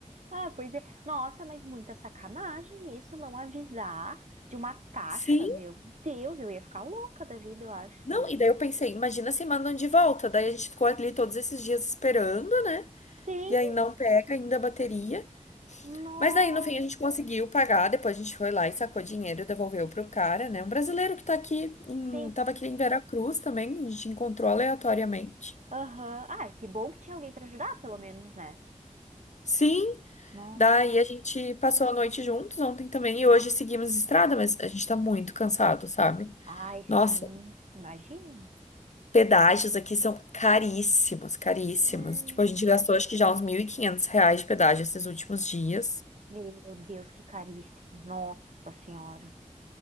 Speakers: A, on the right; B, on the left.
A: Ah, pois é. Nossa, mas muita sacanagem isso, não avisar de uma taxa,
B: Sim.
A: meu Deus, eu ia ficar louca da vida, eu acho,
B: Não,
A: se...
B: e daí eu pensei, imagina se mandam de volta. Daí a gente ficou ali todos esses dias esperando, né?
A: Sim,
B: E aí não pega ainda a bateria.
A: nossa,
B: Mas daí no fim a gente conseguiu pagar. Depois a gente foi lá e sacou dinheiro, devolveu pro cara, né? Um brasileiro que tá aqui, em,
A: sim,
B: tava aqui em Veracruz também, a gente encontrou aleatoriamente.
A: aham. Ah, que bom que tinha alguém pra ajudar, pelo menos, né?
B: Sim,
A: Nossa,
B: daí a gente passou a noite juntos ontem também e hoje seguimos estrada, mas a gente tá muito cansado, sabe?
A: ai, sim,
B: Nossa.
A: imagino.
B: Pedágios aqui são caríssimos, caríssimos.
A: Hum,
B: Tipo, a gente gastou acho que já uns 1.500 reais de pedágio esses últimos dias.
A: meu Deus, que caríssimo, nossa senhora.